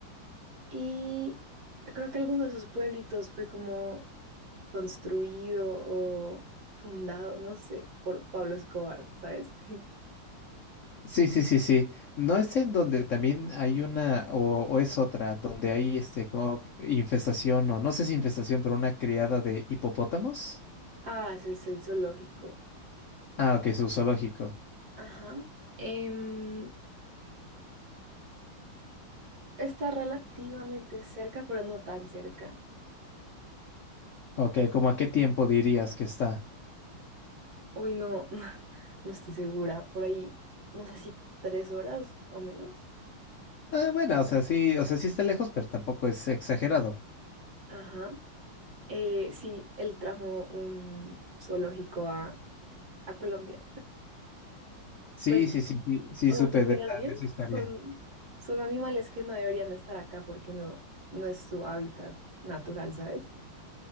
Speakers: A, on the right; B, on the left.
A: y creo que alguno de esos pueblitos fue como construido o fundado, no sé, por Pablo Escobar, ¿sabes? <laughs>
B: Sí, sí, sí, sí. ¿No es en donde también hay una o, o es otra, donde hay este como infestación o no sé si infestación, pero una criada de hipopótamos?
A: Ah, ese es el zoológico.
B: Ah, ok, su zoológico.
A: Ajá. Em, está relativamente cerca, pero no tan cerca.
B: Ok, ¿cómo a qué tiempo dirías que está?
A: Uy, no, <laughs> no estoy segura. Por ahí, no sé si tres horas o menos.
B: Ah, bueno, o sea, sí, o sea, sí está lejos, pero tampoco es exagerado.
A: Ajá. Eh, sí, él trajo un zoológico a, a Colombia.
B: Sí,
A: Pues
B: sí, sí, sí, sí,
A: O
B: supe
A: sea, si miras
B: de esa,
A: bien,
B: de esa historia.
A: son, son animales que no deberían estar acá porque no, no es su hábitat natural, ¿sabes?